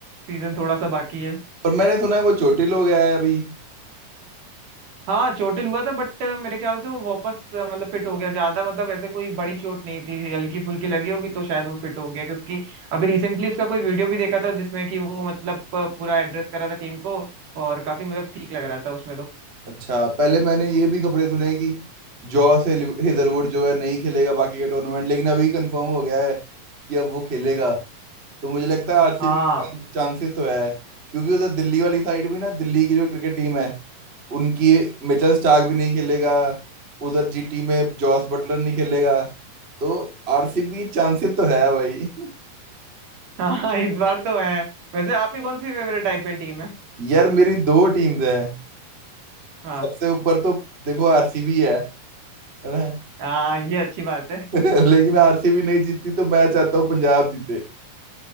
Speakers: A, on the right; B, on the right.
A: सीजन थोड़ा सा बाकी है
B: पर मैंने सुना है वो चोटिल हो गया है अभी
A: हाँ चोटिल हुआ था बट मेरे ख्याल से वो वापस अ, मतलब फिट हो गया ज्यादा मतलब ऐसे कोई बड़ी चोट नहीं थी हल्की फुल्की लगी होगी तो शायद वो फिट हो गया क्योंकि अभी रिसेंटली उसका कोई वीडियो भी देखा था जिसमें कि वो मतलब अ, पूरा एड्रेस करा था टीम को और काफी मतलब ठीक लग रहा था उसमें तो
B: अच्छा पहले मैंने ये भी खबरें सुने हैं कि जॉस हिजलवुड जो है नहीं खेलेगा बाकी के टूर्नामेंट लेकिन अभी कंफर्म हो गया है कि अब वो खेलेगा तो मुझे लगता है आरसीबी
A: हाँ
B: के चांसेस तो है क्योंकि उधर दिल्ली वाली साइड भी ना दिल्ली की जो क्रिकेट टीम है उनकी मिचेल स्टार्क भी नहीं खेलेगा उधर जीटी में जॉस बटलर नहीं खेलेगा तो आरसीबी चांसेस तो है भाई
A: <laughs> हाँ इस बार तो है वैसे आपकी कौन सी फेवरेट आईपीएल टीम है
B: यार मेरी दो टीम्स है
A: हाँ
B: सबसे ऊपर तो देखो आरसीबी है है ना
A: हाँ ये अच्छी बात है
B: <laughs> लेकिन आरसीबी नहीं जीतती तो मैं चाहता हूँ पंजाब जीते